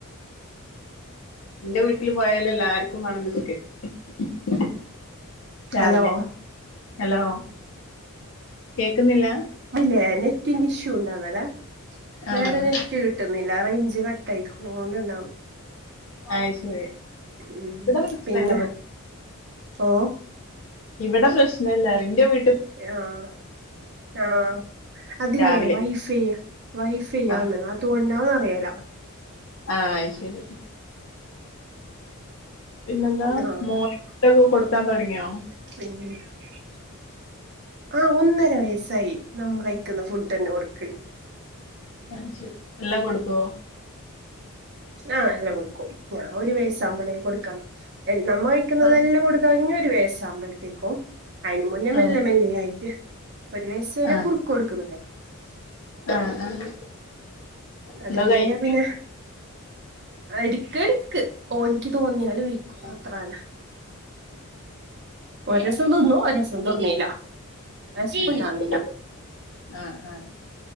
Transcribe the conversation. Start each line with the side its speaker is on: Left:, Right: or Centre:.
Left: എന്റെ വീട്ടില് പോയാല് എല്ലാർക്കും വേണം ബിസ്കറ്റ്. ഉ രാവിലെ
Right: ഹലോ
Left: ഹലോ കേക്കുന്നില്ല?
Right: ഇത് ല്ലേ നെറ്റിന്റെ ഇഷ്യൂ ഉണ്ടോ ന്നലെ
Left: ആഹ്
Right: നേരെ നെ നെറ്റ് കിട്ടുന്നില്ല റേഞ്ച് കട്ട് ആയി <unintelligible>
Left: അത് ശരി
Right: ഉം
Left: ഇവിടെ പ്രശ്നഇല്ല
Right: പിന്നെ ഓ
Left: ഇവിടെ പ്രശ്നമല്ല ഇറിന്റെ വീ
Right: ആഹ് ആഹ് അതിലേ
Left: രാവിലെ
Right: വൈഫൈ യാ. വൈഫൈയാണ്
Left: ആഹ്
Right: അതുകൊണ്ടാന്ന അറിയല.
Left: ആഹ് ശരി പിന്നെന്താ
Right: ആഹ്
Left: മോയിട്ടൊക്കെ കൊടുക്കാൻ തുടങ്ങിയോ?
Right: <unintelligible> ആഹ ഒന്നര വയസ്സായി നമ്മ കഴിക്കുന്ന ഫുഡ് തന്നെ കൊടുക്കി.
Left: അത് ശരി എല്ലാം കൊടുക്കുവോ?
Right: ആഹ എല്ലാം കൊടുക്കും ഞാൻ ഒരു വയസംബലെ കൊടുക്കാം നമ്മ വഴിക്കുന്നതെല്ലാം
Left: ആഹ്
Right: കൊടുക്കാ ഇ ഒരു വയസ ആകുമ്പോഴത്തേക്കും. അതിന് മുന്നേ മെല്ലെ
Left: ആഹ്
Right: മെല്ല ആയിട്ട് ഒരു വയസ വരെ
Left: ആഹ്
Right: കുറുക്ക് കൊടുക്കു
Left: ആഹ് ആഹ്
Right: അത്
Left: എന്തോ
Right: കഴിഞ്ഞാ
Left: കഴിക്കും
Right: പിന്നെ, എടുക്ക എടുക്ക് ഒനിക്ക് തോന്നിയല് വിക്കും അത്രതന്നെ. ഒ ദിവസം തിന്നും ഒ ദിവസം തിന്നില്ല. വിശപ്പുണ്ടാവുന്നില്ല
Left: <unintelligible> ആഹ് ആഹ്